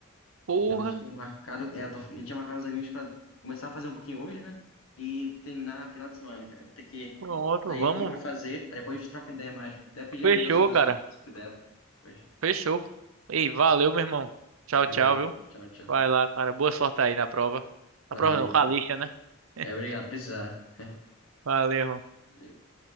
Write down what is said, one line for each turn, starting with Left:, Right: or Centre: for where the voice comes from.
Right: Porra,
Left: E eu tinha marcado, é, eu tô- eu tinha marcado os amigos pra começar a fazer um pouquinho hoje, né? E terminar no final de semana, cara. Eu Vou ter que
Right: pronto,
Left: sair
Right: vamos.
Left: aqui pra fazer. Aí depois a gente troca uma ideia mais. Vou Até pedir
Right: Fechou,
Left: ajuda sua,
Right: cara.
Left: se se puder. Pois.
Right: Fechou. Ei, valeu, meu irmão. Tchau,
Left: Valeu.
Right: tchau, viu?
Left: Tchau, tchau.
Right: Vai lá, cara. Boa sorte aí na prova. Na
Left: Valeu.
Right: prova não, com a lixa, né? <laughs>
Left: É, obrigado, precisar. <laughs>
Right: Valeu.
Left: Valeu.